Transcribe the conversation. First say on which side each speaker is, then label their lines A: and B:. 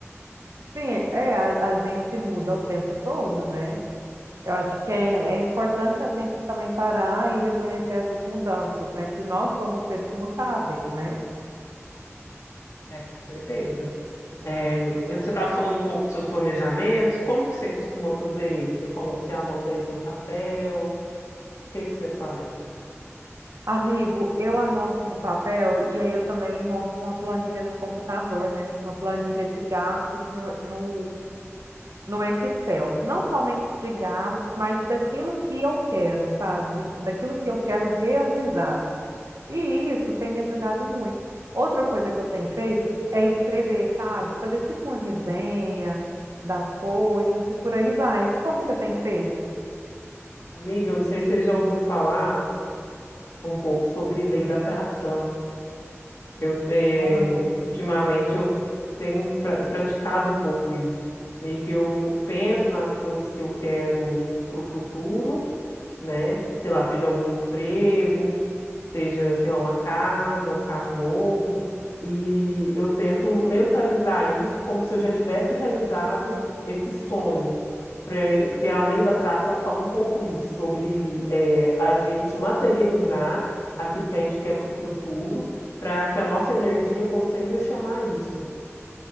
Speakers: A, on the right; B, on the left.
A: Sim, é, a, a gente muda o tempo todo, né? Eu acho que é, é importante a gente também parar e reconhecer essas mudanças, né? Que nós somos seres mutáveis, né?
B: É, com certeza. É, você estava falando um pouco dos seus planejamentos, como que você costuma fazer eles? Você colo- você anota eles no papel? O que que você faz?
A: Amigo, eu anoto no papel e aí eu também monto uma planilha no computador, né? Uma planilha de gastos no, no Excel, não somente de gastos, mas daquilo que eu quero, sabe? Da- Daquilo que eu quero realizar. E isso tem me ajudado muito. Outra coisa que eu tenho feito é escrever, sabe? Fazer tipo uma resenha das coisas e por aí vai. Como você tem feito?
B: Amiga, eu não sei se você já ouviu falar um pouco sobre lei da atração. Eu, eh,
A: Ah,
B: ultimamente eu tenho pra- praticado um pouco isso. Meio que eu penso nas coisas que eu quero para o futuro, né? Sei lá, seja algum emprego, seja, sei lá, uma casa, um carro novo, e eu tento mentalizar isso como se eu já tivesse realizado esses sonhos. Pre- Porque a lei da atração fala um pouco isso, sobre é, a gente materializar aquilo que a gente quer para o futuro, para que a nossa energia consiga chamar isso.